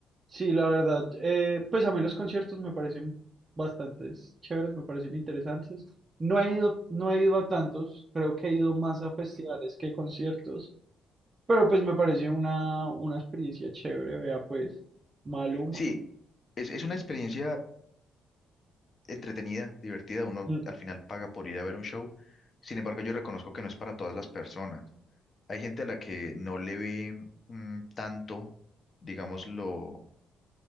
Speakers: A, on the right; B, on the left.
A: Sí, la verdad, eh, pues a mí los conciertos me parecen bastante chéveres, me parecen interesantes. No he ido, no he ido a tantos, creo que he ido más a festivales que conciertos, pero pues me parece una, una experiencia chévere, vea pues, Maluma.
B: Sí, es, es una experiencia entretenida, divertida. Uno
A: Mm,
B: al final paga por ir a ver un show. Sin embargo, yo reconozco que no es para todas las personas. Hay gente a la que no le ve mm, tanto, digamos, lo,